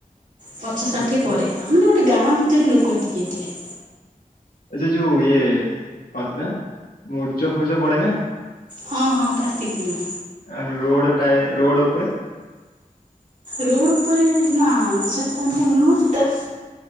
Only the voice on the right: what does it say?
ପଚାଶ ଷାଠିଏ
ପରେ ଆ ମାନେ ଗୋଟେ ଗାଁ ଭିତରେ ଲୋକ ଏତିକି ହେଇଥିଲେ।
ହଁ ହଁ କାର୍ତ୍ତିକ ଦିନ।
ରୋଡ଼ ଉପରେ ନା ସେଟା ତ ନୁଅ ସେଟା